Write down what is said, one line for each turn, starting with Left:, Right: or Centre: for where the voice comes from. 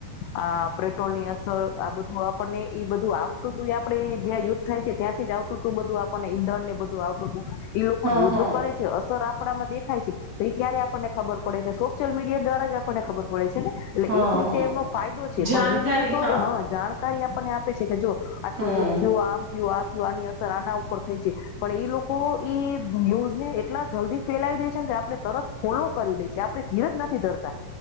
Left: આ પેટ્રોલની અસર આ બધું આપણને ઈ બધું આવતું તું એ આપડે જ્યાં યુદ્ધ થાય છે ત્યાંથી જ આવતું તું બધું આપણને ઈંધણ ને બધું આવતું તું. એ લોકો
Right: હા
Left: યુદ્ધો
Right: હા
Left: કરે છે અસર આપ કપડામાં દેખાય છે તો એ ક્યારે આપણને ખબર પડે છે સોશિયલ મીડિયા દ્વારા જ આપણને ખબર પડે છે એટલે
Right: હા
Left: એક રીતે
Right: હા
Left: એનો ફાયદો છે પણ
Right: જાણકારી
Left: બીજી રીતો
Right: હા
Left: એ હ જાણકારી આપણને આપ છે કે જો આટલું
Right: હમ
Left: યુદ્ધ થયું આમ થયું આ થયું જો આની અસર આના ઉપર થઈ છે પણ એ લોકો ઈ ન્યૂઝને એટલા જલ્દી ફેલાવી દે છે ને કે આપણે તરત ફોલો કરી લઈ છી આપણે ધીરજ નથી ધરતા